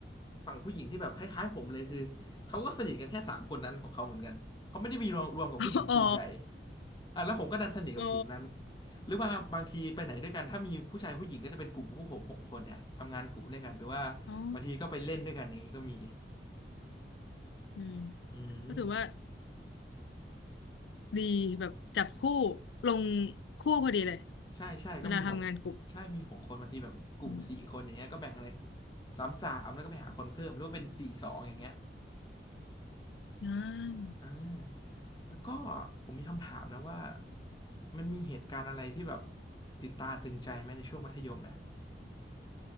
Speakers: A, on the left; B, on the left.
A: ฝั่งผู้หญิงที่แบบคล้ายๆผมเลยคือเขาก็สนิทกันแค่สามคนนั้นของเขาเหมือนกันเขาไม่ได้มีรวมรวมกับผู้หญิงกลุ่มใหญ่
B: <laughs> อ๋อ
A: อ่ะแล้วผมก็ดันสนิทกับกลุ่มนั้น
B: อ๋อ
A: หรือว่าบางทีไปไหนด้วยกันถ้ามีผู้ชายผู้หญิงก็จะเป็นกลุ่มพวกผมหกคนเนี่ยทำงานกลุ่มด้วยกันหรือว่า
B: อ๋อ
A: บางทีก็ไปเล่นด้วยกันอย่างนี้ก็มี
B: อืม
A: อืม
B: ก็ถือว่าดีแบบจับคู่ลงคู่พอดีเลย
A: ใช่ใช่ก็มีหก
B: เวลาทำงานกลุ่ม
A: ใช่มีหกคนบางทีแบบกลุ่มสี่คนอย่างเงี้ยก็แบ่งเลย
B: อืม
A: สามสามแล้วก็ไปหาคนเพิ่มหรือว่าเป็นสี่สองอย่างเงี้ย
B: อ่า
A: อ่าแล้วก็ผมมีคำถามนะว่ามันมีเหตุการณ์อะไรที่แบบติดตาตึงใจไหมในช่วงมัธยมนะ